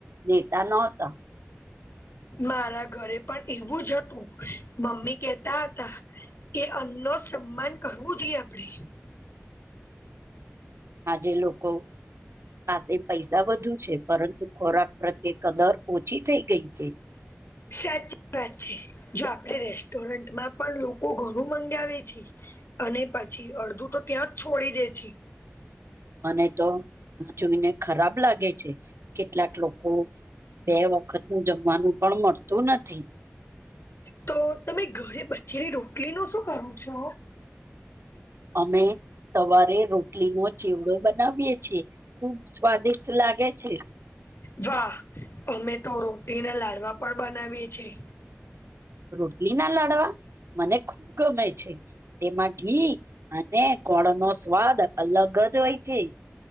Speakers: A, on the right; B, on the left.
A: દેતા નતા.
B: મારા ઘરે પણ એવું જ હતું મમ્મી કેતા હતા કે અન્નનો સન્માન કરવું જોઈએ આપણે.
A: આજે લોકો પાસે પૈસા વધુ છે પરંતુ ખોરાક પ્રત્યે કદર ઓછી થઈ ગઈ છે.
B: સાચી વાત છે. જો આપડે રેસ્ટોરન્ટમાં પણ લોકો ઘણું મંગાવે છે અને પછી અડધું તો ત્યાં જ છોડી દે છે.
A: મને તો જોઈને ખરાબ લાગે છે કેટલાક લોકો બે વખતનું જમવાનું પણ મળતું નથી.
B: તો તમે ઘરે બચેલી રોટલીનું શું કરો છો.
A: અમે સવારે રોટલીનો ચેવડો બનાવીએ છીએ ખુબ સ્વાદિષ્ટ લાગે છે.
B: જો અમે તો રોટલીના લાડવા પણ બનાવીએ છીએ.
A: રોટલી ના લાડવા મને ખુબ ગમે છે. તેમાં ઘી અને ગોળનો સ્વાદ અલગ જ હોય છે.